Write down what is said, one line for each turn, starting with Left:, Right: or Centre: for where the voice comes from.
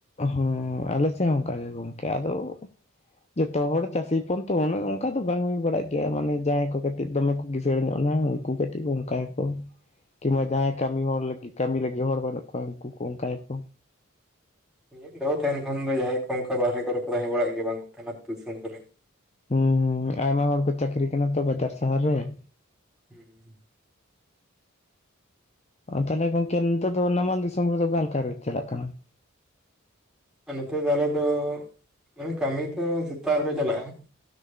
Left: ᱦᱚᱸ ᱟᱞᱮ ᱥᱮ ᱚᱱᱠᱟ ᱜᱮ ᱜᱚᱢᱠᱮ ᱟᱫᱚ ᱾ ᱡᱚᱛᱚ ᱦᱚᱲ ᱪᱟᱹᱥᱤ ᱦᱚᱯᱚᱱ ᱛᱚ ᱩᱱᱟᱹ ᱚᱱᱠᱟ ᱫᱚ ᱵᱟᱝ ᱦᱩᱭ ᱵᱟᱲᱟᱜ ᱜᱮᱭᱟ ᱢᱟᱱᱮ ᱡᱟᱦᱟᱸᱭ ᱠᱚ ᱠᱟᱹᱴᱤᱡ ᱫᱚᱢᱮ ᱠᱚ ᱾ ᱠᱤᱥᱟᱹᱲ ᱧᱚᱜ ᱮᱱᱟ ᱩᱱᱠᱩ ᱠᱟᱹᱴᱤᱡ ᱚᱱᱠᱟᱭᱟᱠᱚ ᱾ ᱠᱤᱢᱵᱟ ᱡᱟᱦᱟᱸᱭ ᱠᱟᱹᱢᱤ ᱦᱚᱲ ᱞᱟᱹᱜᱤᱫ ᱠᱟᱹᱢᱤ ᱞᱟᱹᱜᱤᱫ ᱦᱚᱲ ᱵᱟᱹᱱᱩᱜ ᱠᱚᱣᱟ ᱩᱱᱠᱩ ᱠᱚ ᱚᱱᱠᱟ ᱭᱟᱠᱚ ᱾
Centre: ᱢᱤᱫ ᱫᱟᱷᱟᱣ ᱛᱟᱦᱮᱱ ᱠᱷᱟᱱ ᱫᱚ ᱡᱟᱦᱟᱸᱭ ᱠᱚ ᱚᱱᱠᱟ ᱵᱟᱨᱦᱮ ᱠᱚᱨᱮ ᱠᱚ ᱛᱟᱦᱮᱸ ᱵᱟᱲᱟᱜ ᱜᱮᱭᱟ ᱵᱟᱝᱠᱚ ᱛᱟᱦᱮᱱᱟ ᱫᱤᱥᱚᱢ ᱠᱚᱨᱮ ᱾
Left: ᱦᱩᱸ ᱦᱩᱸ ᱟᱭᱢᱟ ᱦᱚᱲ ᱠᱚ ᱪᱟᱹᱠᱨᱤ ᱠᱟᱱᱟ ᱛᱚ ᱵᱟᱡᱟᱨ ᱥᱟᱦᱟᱨ ᱨᱮ ᱾
Centre: ᱦᱩᱸ
Left: ᱚ ᱛᱟᱦᱚᱞᱮ ᱜᱚᱝᱠᱮ ᱱᱮᱛᱟᱨ ᱫᱚ ᱱᱟᱢᱟᱞ ᱫᱤᱥᱚᱢ ᱨᱮᱫᱚ ᱚᱠᱟ ᱞᱮᱠᱟ ᱨᱮᱴ ᱪᱟᱞᱟᱜ ᱠᱟᱱᱟ ᱾
Centre: ᱟᱨ ᱱᱚᱛᱮ ᱫᱚ ᱟᱞᱮ ᱫᱚ ᱢᱟᱱᱮ ᱠᱟᱢᱤ ᱫᱚ ᱥᱮᱛᱟᱜ ᱨᱮᱠᱚ ᱪᱟᱞᱟᱜᱼᱟ ᱾